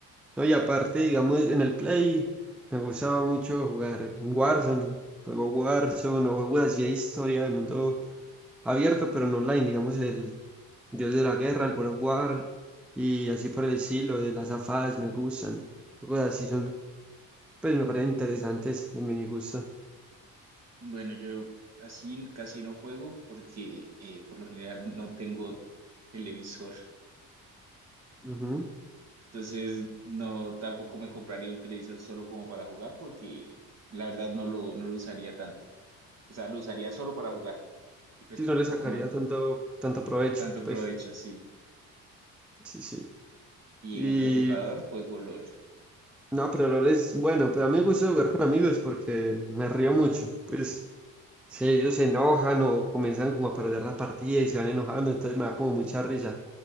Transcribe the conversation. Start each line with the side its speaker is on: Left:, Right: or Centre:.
Centre: No, y aparte, digamos, en el Play me gustaba mucho jugar Warzone, juego Warzone o juegos así de historia del mundo abierto, pero no online, digamos, el Dios de la Guerra, el God of War, y así por el estilo, de las afadas me gustan. Juegos así son Pues me parecen interesantes en mi gusto.
Right: Bueno, yo así casi no juego porque eh, por lo general no tengo televisor.
Centre: Ujú.
Right: Entonces, no, tampoco me compraría un televisor solo como para jugar porque la verdad no lo, no lo usaría tanto. O sea, lo usaría solo para jugar y pues
Centre: Sí, no
Right: tampoco
Centre: le sacaría
Right: me
Centre: tanto, tanto provecho,
Right: tanto
Centre: pues
Right: provecho, sí.
Centre: sí, sí.
Right: Y
Centre: Y
Right: en el computador juego LOL.
Centre: no, pero lo es bueno, pero a mí me gusta jugar con amigos porque me río mucho. Pues si ellos se enojan o comienzan como a perder la partida y se van enojando, entonces me da como mucha risa.